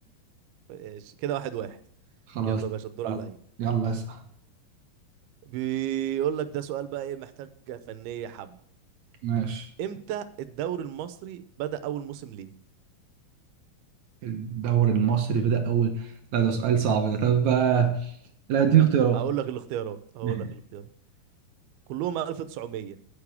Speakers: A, on the right; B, on the right.
A: ماشي كده واحد واحد
B: خلاص
A: يلا يا باشا الدور
B: خلاص.
A: عليا
B: يلا اسأل
A: بيقول لك ده سؤال بقى ايه محتاج فنية حبة
B: ماشي
A: امتى الدوري المصري بدأ اول موسم ليه
B: الدوري المصري بدأ أول لا ده سؤال صعب ده طب آه، لا اديني اختيارات
A: اقول لك الاختيارات اقول
B: ماشي.
A: لك الاختيارات كلهم 1900